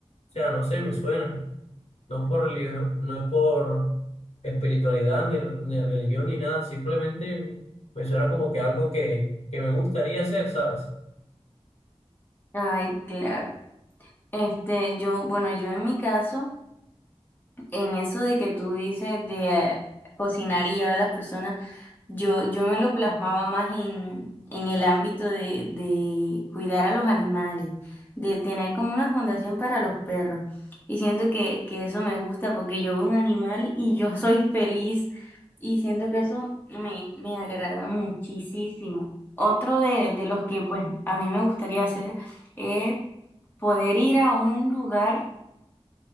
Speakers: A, on the left; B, on the left.
A: O sea, no sé, me suena. No es por religio- no es por espiritualidad, ni, ni religión, ni nada, simplemente me suena como que algo que, que me gustaría hacer, ¿sabes?
B: Ay, claro. Este, yo, bueno, yo en mi caso... En eso de que tú dices de eh, cocinar y llevar a las personas, yo, yo me lo plasmaba más en, en el ámbito de, de cuidar a los animales, de tener como una fundación para los perros. Y siento que, que eso me gusta porque yo veo un animal y yo soy feliz y siento que eso me, me agrada muchísimo. Otro de, de los que pues a mí me gustaría hacer es poder ir a un lugar